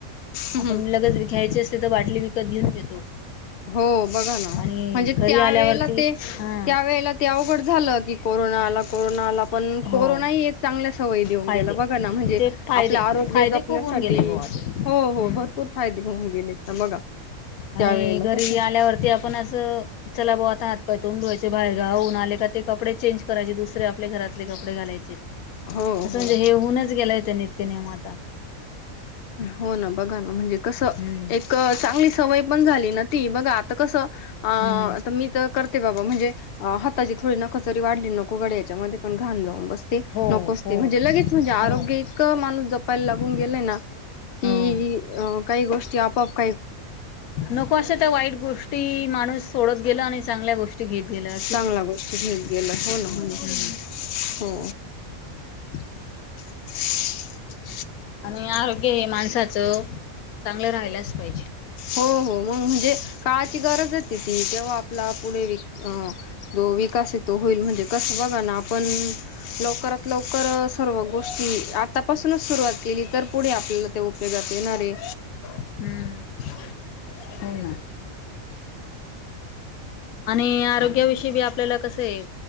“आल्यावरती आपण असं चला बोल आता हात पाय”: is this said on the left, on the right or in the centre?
Left